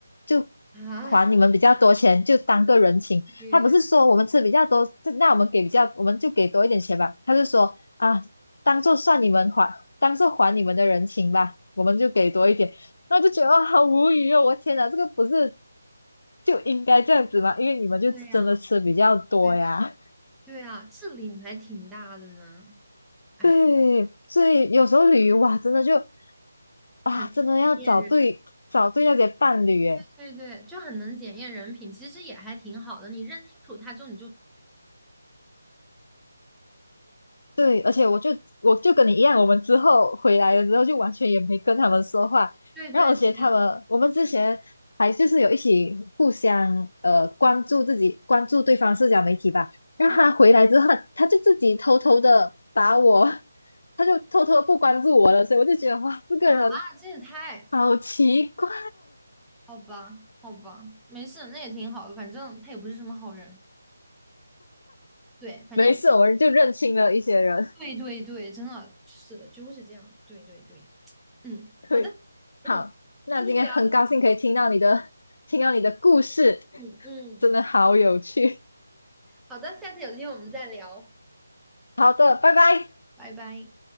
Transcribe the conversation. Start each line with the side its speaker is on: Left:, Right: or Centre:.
Left: 就
Centre: 嗯啊，
Left: 还你们比较多钱，就当个人情。
Centre: 对
Left: 他不是说我们吃比较多，这那我们给比较，我们就给多一点钱吧。他就说啊，当做算你们还，当做还你们的人情吧，我们就给多一点。然后就觉得哦，好无语哦！我天哪，这个不是就应该这样子嘛，因为你们就真的吃比较多呀。
Centre: 对呀，对对啊，这脸还挺大的呢。哎，
Left: 对，所以有时候旅游哇，真的就啊，
Centre: 很检验人，
Left: 真的要找对找对那些伴侣诶。
Centre: 对对，就很能检验人品，其实也还挺好的。你认清楚他之后，你就
Left: 对，而且我就我就跟你一样，我们之后回来了之后就完全也没跟他们说话，
Centre: 对对对
Left: 然后而且他们我们之前还就是有一起互相呃关注自己关注对方社交媒体吧，然后他回来之后他就自己偷偷的把我，
Centre: 啊
Left: <laughs> 他就偷偷地不关注我了，所以我就觉得哇，这个人
Centre: 啊！
Left: <laughs>
Centre: 这也太
Left: 好奇怪，
Centre: 好吧，好吧，没事，那也挺好的，反正他也不是什么好人。对，反正
Left: 没事，我们就认清了一些人。
Centre: 对对对，真的是的，就是这样。对对对，嗯，
Left: <laughs>
Centre: 好的，
Left: 对，
Centre: 嗯，
Left: 好，那今天很高兴可以听到你的，
Centre: 今天的聊天就，哎
Left: 听到你的故事，
Centre: 嗯嗯，
Left: 真的好有趣。
Centre: 好的，下次有机会我们再聊，
Left: 好的，拜拜。
Centre: 拜拜。